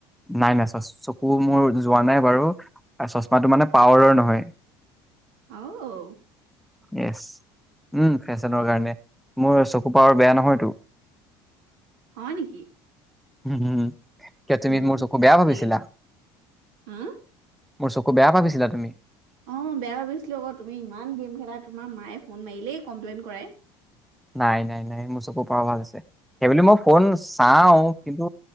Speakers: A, in the centre; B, on the right.
A: নাই-নাই চ চকু মোৰ যোৱা নাই বাৰু চচমাটো মানে পাৱাৰৰ নহয়।
B: অহ,
A: ছ উম ফেশ্বনৰ কাৰণে। মোৰ চকু পাৰৰ বেয়া নহয়তো।
B: হয় নেকি?
A: উম, উম, কিয় তুমি
B: উম
A: মোৰ চকু
B: তাকেই
A: বেয়া ভাবিছিলা?
B: হা
A: মোৰ চকু বেয়া ভাবিছিলা তুমি?
B: অ', বেয়া ভাবিছিলোঁ আকৌ তুমি ইমান গেম খেলা তোমাৰ মায়ে ফোন মাৰিলেই কমপ্লেইন কৰে।
A: নাই-নাই-নাই মোৰ চকু পাৱাৰ ভাল আছে। সেইবুলি মই ফোন চাওঁ কিন্তু